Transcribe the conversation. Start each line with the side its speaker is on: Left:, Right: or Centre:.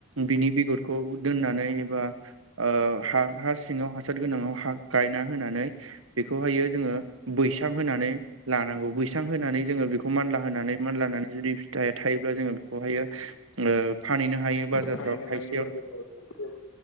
Right: बिनि बेगरखौ दोननानै एबा ओ हा हा सिङाव हासार गोनांआव हा गायना होनानै बेखौहायो जोङो बैसां होनानै लानांगौ बैसां होनानै जोङो बेखौ मानला होनानै मानला होनानानै जुदि फिथाइया थायोब्ला जोङो बेखौहायो ओ फानहैनो हायो बाजारफ्राव
Left: फानहैनो
Right: थायसेयावनो
Left: हायो बाजारफ्राव थाइसेयाव